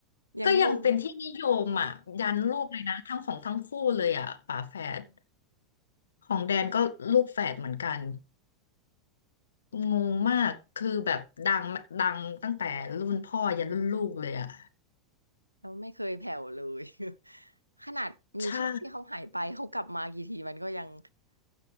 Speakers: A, on the right; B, on the left.
A: ยังรุ่ง
B: ก็ยังเป็นที่นิยมอ่ะยันลูกเลยนะทั้งของทั้งคู่เลยอ่ะฝาแฝดของแดนก็ลูกแฝดเหมือนกันงงมากคือแบบดังดังตั้งแต่รุ่นพ่อยันรุ่นลูกเลยอ่ะ
A: แล้วไม่เคยแผ่วเลย <laughs> ขนาดมีช่วงที่เขาหายไปเขากลับมากี่ทีมันก็ยัง
B: ใช่